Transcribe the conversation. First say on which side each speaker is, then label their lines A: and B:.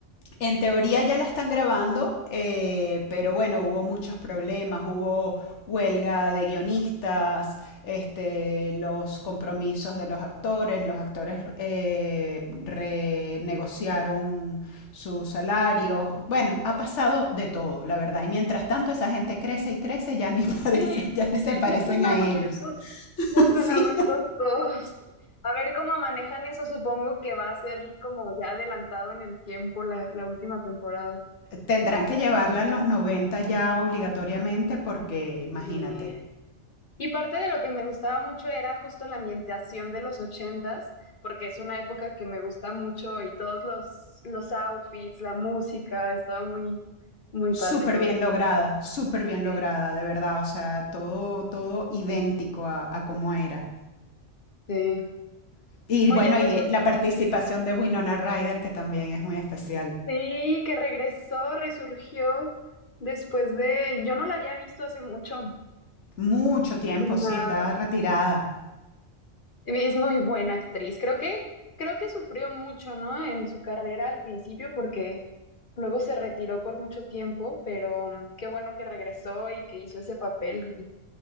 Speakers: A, on the left; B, on the left.
A: En teoría ya la están grabando, eh, pero bueno, hubo muchos problemas, hubo huelga de guionistas, este, los compromisos de los actores, los actores eh, renegociaron sus salarios, bueno, ha pasado de todo, la verdad. Y mientras tanto esa gente crece y crece, ya ni <laughs> parece,
B: Sí,
A: ya ni se parecen
B: ya son adultos,
A: a ellos. <laughs>
B: ya son
A: Sí,
B: adultos todos. A ver cómo manejan eso, supongo que va a ser como ya adelantado en el tiempo la, la última temporada.
A: tendrán que llevarla a los 90 ya obligatoriamente porque imagínate.
B: Bien. Y parte de lo que me gustaba mucho era justo la ambientación de los ochentas, porque es una época que me gusta mucho y todos los, los outfits, la música, estaba muy, muy padre
A: Súper
B: todo.
A: bien lograda, súper bien
B: Sí,
A: lograda, de verdad, o sea, todo, todo idéntico a, a cómo era.
B: sí.
A: Y
B: Oye,
A: bueno,
B: pues
A: y eh,
B: un-
A: la participación de Winona Ryder, que también es muy especial.
B: sí, que regresó, resurgió después de, yo no la había visto hace mucho.
A: Mucho tiempo, sí,
B: Nada.
A: está retirada.
B: Es muy buena actriz. Creo que, creo que sufrió mucho, ¿no? En su carrera al principio, porque luego se retiró por mucho tiempo, pero mm, qué bueno que regresó y que hizo ese papel. y